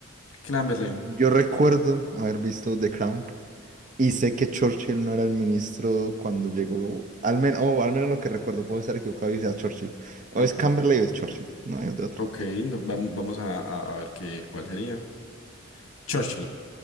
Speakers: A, on the left; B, on the right.
A: Clamberlain.
B: Yo recuerdo haber visto The Crown Y sé que Churchill no era el ministro cuando llegó, al menos, o al menos lo que recuerdo, puedo estar equivocado y sea Churchill. O
A: Ok,
B: es Camberley o es Churchill, no hay de otra.
A: ok, no, vam- vamos a, a- a ver qué, cuál sería. Churchill.